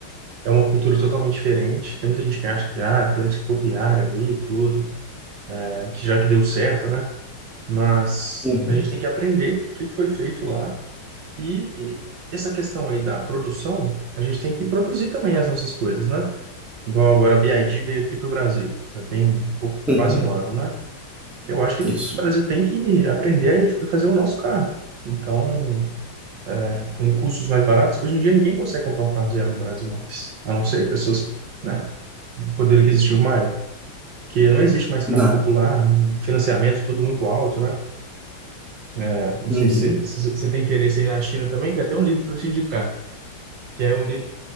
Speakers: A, on the right (about 65°); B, in the centre.
A: é uma cultura totalmente diferente. Tem muita gente que acha que ah, temos que copiar ali e tudo, né? que já que deu certo, né? Mas
B: Uhum,
A: a gente tem que aprender o que foi feito lá E e essa questão aí da produção, a gente tem que produzir também as nossas coisas, né? Igual agora a BID veio aqui para o Brasil, já tem um pouco-
B: uhum,
A: quase um ano, né? Eu acho que o
B: isso.
A: Brasil tem que aprender a fazer o nosso carro. Então, é, com recursos mais baratos, hoje em dia ninguém consegue comprar um carro zero no Brasil mais, a não ser pessoas que, né, um poder aquisitivo maior. Porque não existe mais carro
B: Não,
A: popular, um financiamento tudo muito alto, né? É, não
B: uhum.
A: sei se se você se você tem interesse aí na China também, tem até um livro para te indicar, que é um livro